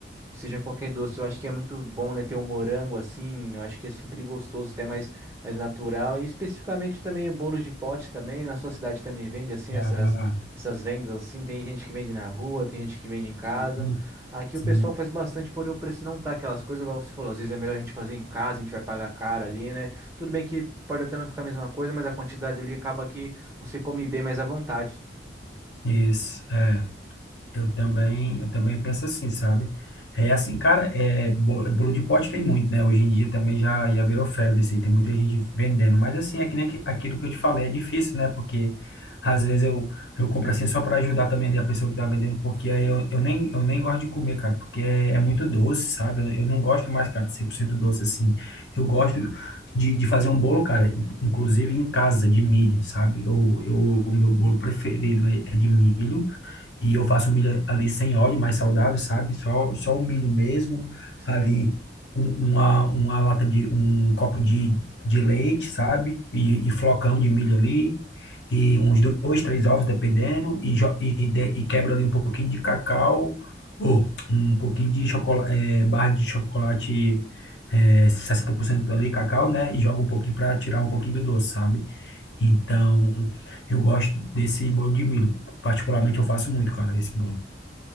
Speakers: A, on the right; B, on the left.
A: seja qualquer doce, eu acho que é muito bom, né, ter um morango assim, eu acho que é sempre gostoso, até mais, mais natural, e especificamente também bolos de pote também, na sua cidade também vende assim,
B: ah,
A: essas, essas vendas assim, tem gente que vende na rua, tem gente que vende em casa,
B: sim,
A: aqui
B: sim.
A: o pessoal faz bastante, porém o preço não tá aquelas coisas, igual você falou, às vezes é melhor a gente fazer em casa, a gente vai pagar caro ali, né, tudo bem que pode até não ficar a mesma coisa, mas a quantidade ali acaba que você come bem mais à vontade.
B: isso. É. Eu também, eu também penso assim, sabe? É assim, cara, é, bo- bolo de pote tem muito, né? Hoje em dia também já, já virou febre isso aí, tem muita gente vendendo. Mas assim, é que nem aqui- aquilo que eu te falei, é difícil, né? Porque às vezes eu, eu compro assim só para ajudar também ali a pessoa que tá vendendo, porque aí eu, eu nem, eu nem gosto de comer, cara, porque é, é muito doce, sabe? Eu, eu não gosto mais, cara, 100% doce assim. Eu gosto de, de fazer um bolo, cara, in- inclusive em casa, de milho, sabe? Eu, eu, o meu bolo preferido é é de milho. E eu faço um milho ali sem óleo, mais saudável, sabe? Só, só o milho mesmo.
A: Sim.
B: Ali um- uma, uma lata de um copo de, de leite, sabe? E, e flocão de milho ali. E uns dois, três ovos, dependendo. E, jo- e, de- e quebro ali um pouquinho de cacau. Ou um pouquinho de chocolate, é, barra de chocolate é, 60% ali, cacau, né? E jogo um pouquinho para tirar um pouquinho do doce, sabe? Então, eu gosto desse bolo de milho. Particularmente, eu faço muito, cara, esse bolo.